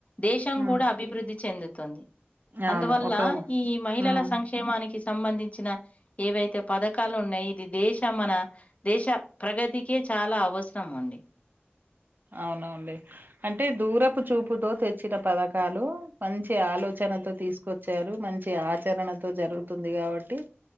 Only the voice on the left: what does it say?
దేశం
కూడా అభివృద్ధి చెందు తుంది
అందువల్ల
ఈ మహిళల
సంక్షేమానికి సంబంధించిన ఏవైతే పథకాలు ఉన్నాయి, ఇది దేశ మన దేశ ప్రగతికే చాలా అవసరం అండి.